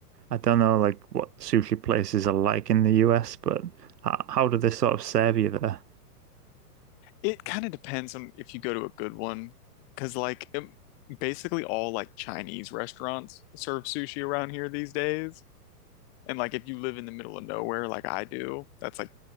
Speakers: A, on the right; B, on the left.
A: I don't know like what sushi places are like in the US, but how, how do they sort of serve you there?
B: It kind of depends on if you go to a good one, because like um, basically all like Chinese restaurants serve sushi around here these days. And like if you live in the middle of nowhere like I do, that's like